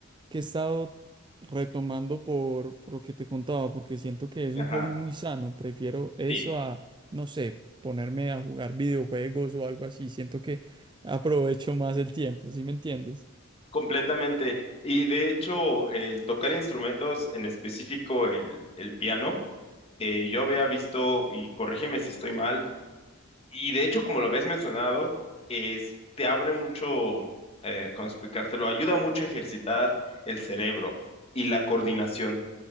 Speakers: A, on the right; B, on the left.
A: que he estado retomando por, por lo que te contaba, porque siento que es un
B: Ajá,
A: hobby muy sano, prefiero eso
B: sí,
A: a, no sé, ponerme a jugar videojuegos o algo así, siento que aprovecho más el tiempo, ¿sí me entiendes?
B: completamente. Y de hecho, el tocar instrumentos, en específico el, el piano, eh, yo había visto, y corrígeme si estoy mal, y de hecho, como lo habías mencionado, es, te abre mucho, eh, ¿cómo explicártelo? Ayuda mucho a ejercitar el cerebro y la coordinación,